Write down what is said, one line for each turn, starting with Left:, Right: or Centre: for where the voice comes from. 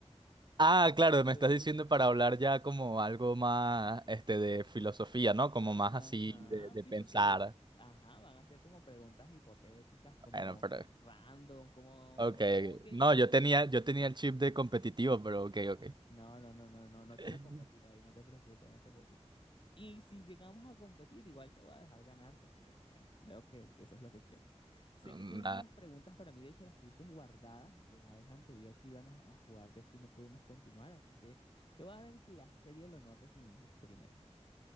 Right: Ah, claro,
Left: Entonces,
Right: me estás diciendo para hablar ya como algo más este de filosofía, ¿no? Como más
Left: Ajá,
Right: así de, de
Left: sí,
Right: pensar.
Left: porque ajá, van a ser como preguntas hipotéticas, como
Right: Bueno, pero
Left: random, como,
Right: ok.
Left: como Kelly.
Right: No, yo tenía, yo tenía el chip de competitivo, pero ok, ok.
Left: No, no, no, no, no, no
Right: <laughs>
Left: quiero competir hoy, no te preocupes, no te preocupes. Y si llegamos a competir, igual te voy a dejar ganar porque, bueno, veo que, que eso es lo que quieres. Sé
Right: Mm,
Left: que tienes unas preguntas para mí, de hecho las tuviste guardadas la vez anterior que íbamos a jugar de esto y no pudimos continuar, así que te voy a dar el placer y el honor de que inicies primero.